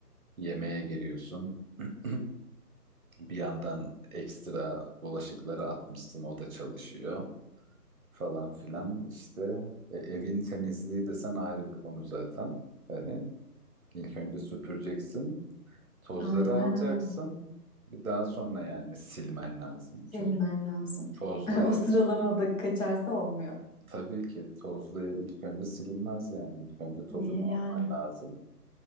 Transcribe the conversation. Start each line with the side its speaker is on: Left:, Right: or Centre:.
Right: yemeğe giriyorsun. <clears throat> Bir yandan ekstra bulaşıkları atmışsın o da çalışıyor falan filan işte E, evin temizliği desen ayrı bir konu zaten. Hani İlk önce süpüreceksin, tozları
Left: Aynen
Right: alacaksın.
Left: öyle.
Right: Bir daha sonra yani silmen lazım.
Left: Silmen
Right: Çünkü
Left: lazım.
Right: tozlu
Left: <laughs> O
Right: ev,
Left: sıralamada kaçarsa olmuyor.
Right: tabii ki tozlu ev ilk önce silinmez yani. İlk önce tozunu
Left: İyi
Right: alman
Left: yani.
Right: lazım.